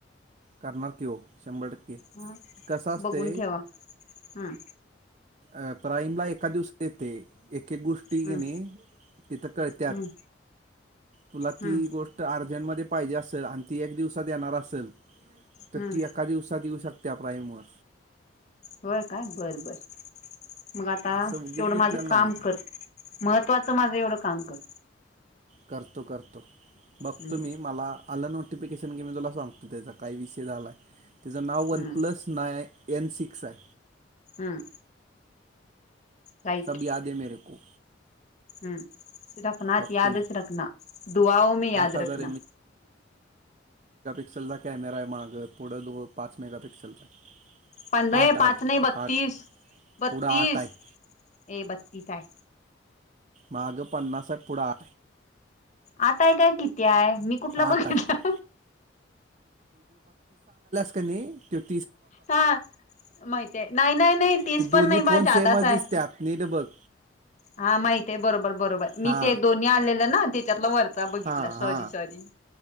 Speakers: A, on the right (about 40°); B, on the left (about 40°).
A: करणार की ओ शंभर टक्के
B: हा,
A: कसं असते
B: बघून ठेवा, हम
A: अ प्राईमला एका दिवस येते. अनेख गोष्टी
B: हम्म
A: की नई, तिथं कळत्याात.
B: हम्म
A: तुला,
B: हम्म
A: ती गोष्ट अर्जंटमध्ये पाहिजे असल आणि ती एक दिवसात येणार असल तर
B: हम्म
A: ती एका दिवसात येऊ शकत पण त्या प्राईमवर.
B: होय काय, बर, बर. मग आता,
A: असं उगीच
B: तेवढं
A: घेतलेलं
B: माझं
A: नाही
B: काम
A: मी ते
B: कर, महत्वाचं माझं एवढं काम कर.
A: करतो, करतो, बघतो
B: हम्म
A: मी मला आलं नो इन्व्हिटेशन घे मी तुला सांगतो त्याचा काही विषय झालाय, त्याचं नाव वन
B: हम्म
A: प्लस ना एन, सीक्स हाय
B: हम्म राईट
A: सब याद हे मेरे को
B: हम्म रखनाच,
A: बघतो
B: यादच
A: मी
B: रखना, दुआओ मे याद
A: आठ हजार
B: रखना.
A: पिक्सेलचा कॅमेरा आहे माग पुढं दो पाच मेगापिक्सेलचा आहे.
B: वन बाय
A: आठ आठ
B: पाच नाहीय बत्तीस
A: आठ
B: बत्तीस,
A: पुढं आठ आहे
B: ए बघ की काय
A: मागं पन्नास साठ पुढं आ
B: आताय काय, किती आहे? मी कुठला बघितला?
A: आठ आहे कधी
B: हा माहितय, नाही, नाही, नाही तीस
A: ते दोन्ही
B: पण नाही
A: फोन
B: बा जादाच
A: सेमच
B: आहे.
A: दिसतात नीट बघ
B: हा, माहितेय बरोबर बरोबर
A: हा
B: मी ते दोन्ही आलेलं ना, त्याच्यातला वरचा बघितला,
A: हा
B: सॉरी,
A: हा
B: सॉरी.